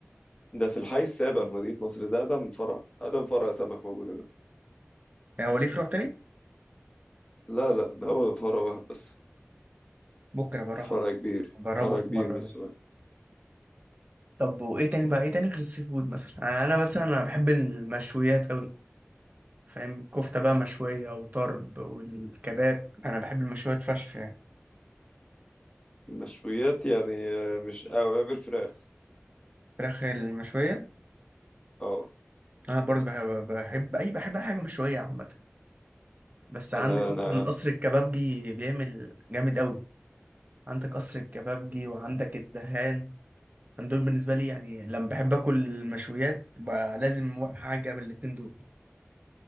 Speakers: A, on the left; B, on the right.
A: ده في الحي السابع في مدينة نصر ده أقدم فرع أقدم فرع سمك موجود هنا
B: هو ليه فروع تاني
A: لا لا ده هو فرع واحد بس
B: ممكن ابقى اروح
A: فرع كبير
B: جربه
A: فرع
B: في
A: كبير
B: مرة
A: من
B: ده
A: السوق
B: طب وإيه تاني بقى إيه تاني غير السي فود مثلا أنا مثلا أنا بحب المشويات أوي فاهم كفتة بقى مشوية وطرب والكباب أنا بحب المشويات فشخ يعني
A: مشويات يعني آه، مش أوي بالفراخ
B: فراخ المشوية
A: اه
B: أنا برضه بحب, بحب أي بحب أي حاجة مشوية عامة بس عندك
A: أنا
B: مثلا
A: أنا
B: قصر الكبابجي بيعمل جامد أوي عندك قصر الكبابجي وعندك الدهان أنا دول بالنسبة لي يعني لما بحب آكل المشويات بقى لازم حاجة من الاتنين دول